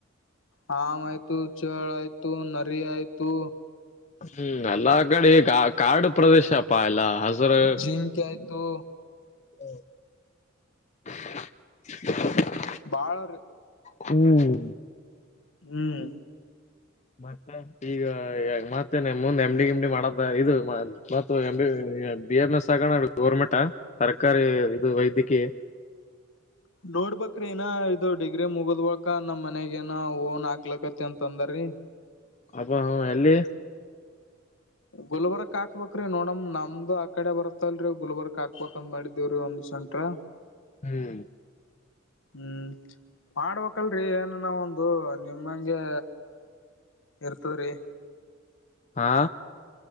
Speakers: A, on the left; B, on the left.
A: ಹಾವ್ ಆಯ್ತು ಚೆಳ್ ಆಯ್ತು ನರಿ ಆಯ್ತು
B: ಹ್ಮ್ ಎಲ್ಲ ಕಡೆ ಕಾ ಕಾಡು ಪ್ರದೇಶಪ್ಪಾ ಎಲ್ಲ ಹಸುರು
A: ಜಿಂಕೆ ಆಯ್ತು
B: <unintelligible>
A: ಬಾಳರಿ
B: ಹ್ಮ್
A: ಹ್ಮ್
B: ಮತ್ತೆ ಈಗ ಮತ್ತೆ ಮುಂದೆ ಎಮ್ ಡಿ ಗಿಮ್ಡಿ ಮಾಡದ ಇದು ಮ ಮತ್ತ್ M D B M S ಆಗೋಣ ಗೌರ್ಮೆಂಟಾ ಸರ್ಕಾರಿ ಇದು ವೈದ್ಯಕೀಯ?
A: ನೋಡ್ಬಕ್ರೀ ಇನ್ನ ಇದು ಡಿಗ್ರಿ ಮುಗದ್ವಕ ನಮ್ ಮನಗೇನ ಓನ್ ಹಾಕ್ಲಕತಿ ಅಂತಂದಾರಿ. ಇ
B: ಅಬ್ಬ ಹ ಎಲ್ಲಿ?
A: ಗುಲ್ಬರ್ಕ್ ಹಕ್ಬೇಕ್ರಿ ನೋಡಮ್ ನಮ್ದ್ ಆ ಕಡೆ ಬರ್ತ್ತಲ್ರರಿ ಗುಲ್ಬರ್ಕ್ ಹಕ್ಬೇಕಂದ್ ಮಾಡಿದೇವ್ರೀ ಒಂದ್. ಸೆಂಟ್ರ
B: ಹ್ಮ್
A: ಹ್ಮ್ ಮಾಡ್ಬೇಕಲ್ರಿ ಏನ ನಾವು ಒಂದು ನಿಮ್ಮಂಗೆ ಇರ್ತವ್ರೀ
B: ಹಾ